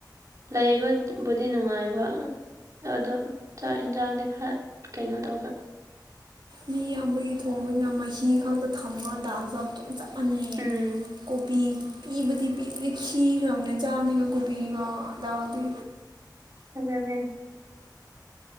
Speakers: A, on the right (about 45°); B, on the right (about 80°).
A: ꯂꯩꯕꯕꯨꯗꯤ ꯅꯨꯡꯉꯥꯏꯕ ꯑꯗꯣ ꯆꯥꯛ ꯌꯦꯟꯁꯥꯡꯗꯤ ꯈꯔ ꯀꯩꯅꯣ ꯇꯧꯕ
B: ꯃꯤ ꯌꯥꯝꯕꯒꯤ ꯊꯣꯡꯕꯅꯤꯅ ꯃꯍꯤ ꯈꯛꯇ ꯊꯝꯃ ꯇꯥꯖꯕ ꯑꯗꯨꯝ ꯆꯞ ꯃꯥꯟꯅꯩꯌꯦ
A: ꯎꯝ
B: ꯀꯣꯕꯤ ꯄꯤꯕꯗꯤ ꯄꯤꯕꯗꯤ ꯈꯤꯈ꯭ꯔꯕꯅ ꯆꯥꯅꯤꯒ ꯀꯣꯕꯤ ꯑ ꯗꯥꯎꯗꯤ
A: ꯑꯗꯨꯅꯦ